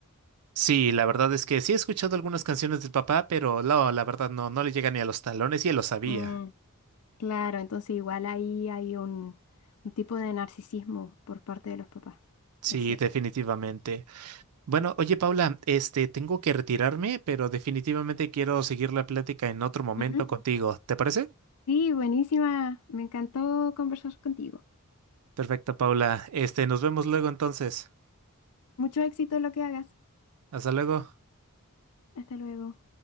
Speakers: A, on the right; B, on the left.
A: Sí, la verdad es que sí he escuchado algunas canciones del papá, pero no, la verdad no, no le llega ni a los talones y él lo sabía.
B: Mm, Claro, entonces igual ahí hay un, un tipo de narcisismo por parte de los papás,
A: Sí,
B: es cierto.
A: definitivamente. Bueno, oye Paula, este, tengo que retirarme, pero definitivamente quiero seguir la plática en otro momento
B: ujú.
A: contigo. ¿Te parece?
B: Sí, buenísima. Me encantó conversar contigo.
A: Perfecto, Paula. Este, nos vemos luego entonces.
B: Mucho éxito en lo que hagas.
A: Hasta luego.
B: Hasta luego.